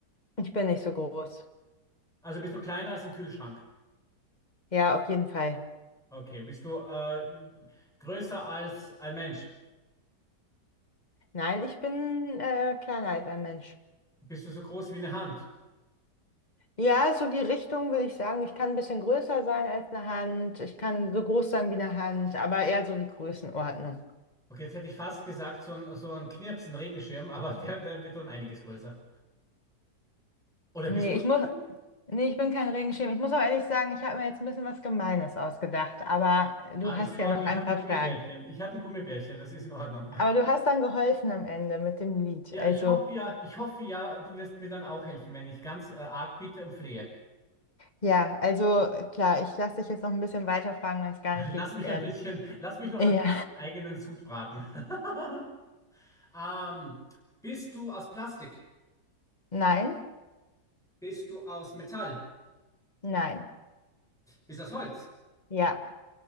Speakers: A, on the left (about 25°); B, in the centre.
A: ich bin nicht so groß.
B: Also bist du kleiner als ein Kühlschrank?
A: Ja, auf jeden Fall.
B: Okay. Bist du äh, größer als ein Mensch?
A: Nein, ich bin äh, kleiner als ein Mensch.
B: Bist du so groß wie eine Hand?
A: Ja, so die Richtung würde ich sagen. Ich kann ein bisschen größer sein als eine Hand. Ich kann so groß sein wie eine Hand, aber eher so die Größenordnung.
B: Okay, jetzt hätte ich fast gesagt, so ein, so ein Knirps, ein Regenschirm, aber <laughs> der, der wird dann einiges größer. Oder
A: Nee,
B: bist du ein
A: ich
B: Regenschirm?
A: muss. Nee, ich bin kein Regenschirm. Ich muss auch ehrlich sagen, ich habe mir jetzt ein bisschen was Gemeines ausgedacht, aber
B: Ah,
A: du
B: ist
A: hast
B: in Ordnung.
A: ja noch
B: Ich
A: ein
B: hatte
A: paar
B: Gummibärchen.
A: Fragen.
B: Ich hatte ein Gummibärchen. Das ist in Ordnung.
A: Aber
B: <laughs>
A: du hast dann geholfen am Ende mit dem Lied.
B: Ja,
A: Also,
B: ich hoffe ja, ich hoffe ja, du wirst mir dann auch helfen, wenn ich ganz äh, arg bitte und flehe.
A: ja, also äh, klar, ich lasse dich jetzt noch ein bisschen weiter fragen, wenn es gar
B: <laughs>
A: nicht
B: Lass
A: geht.
B: mich
A: Ähm,
B: ein bisschen, lass mich noch ein
A: ja,
B: bisschen eigenen Sud braten. <laughs> Ähm, bist du aus Plastik?
A: <laughs> nein,
B: Bist du aus Metall?
A: nein,
B: Bist du aus Holz?
A: ja,